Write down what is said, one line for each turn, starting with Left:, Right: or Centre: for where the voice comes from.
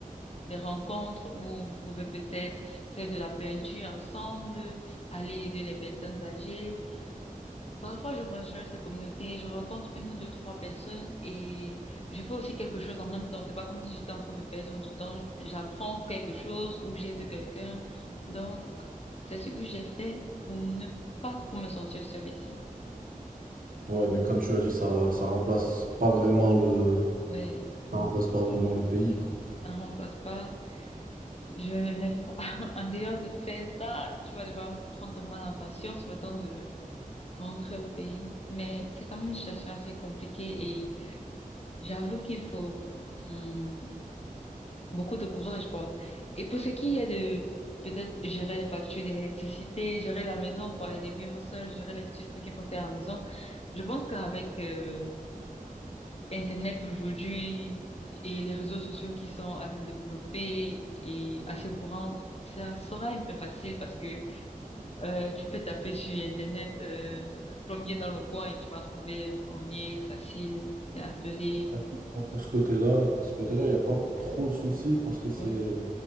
Left: des rencontres où vous pouvez peut-être faire de la peinture ensemble, aller aider les personnes âgées. Parfois, je rejoins ces communautés, je rencontre une ou deux, trois personnes et je fais aussi quelque chose en même temps. C'est pas comme si j'étais en train de perdre du temps. J'apprends quelque chose ou j'aide quelqu'un. Donc, c'est ce que j'ai fait pour ne pas trop me sentir seule ici.
Right: Ouais, mais comme tu as dit, ça, ça remplace pas vraiment le,
Left: Ouais,
Right: ça remplace pas vraiment le pays, quoi.
Left: ça ne remplace pas. Je, <laughs> en dehors de faire ça, tu vas devoir prendre ton mal en patience le temps de rentrer au pays. Mais c'est quand même une situation assez compliquée et j'avoue qu'il faut, hum, beaucoup de courage, quoi. Et pour ce qui est de peut-être gérer les factures d'électricité, gérer la maison, quoi, et de vivre seul, gérer les petits trucs qu'il faut faire à la maison, je pense qu'avec euh, Internet aujourd'hui et les réseaux sociaux qui sont assez développés et assez courants, ça sera un peu facile parce que euh, tu peux taper sur Internet euh, plombier dans le coin et tu vas trouver un plombier facile et appeler.
Right: Ah, écoute, moi, Pour ce côté-là, ce côté-là, il n'y a pas trop de soucis parce que c'est,
Left: Ouais,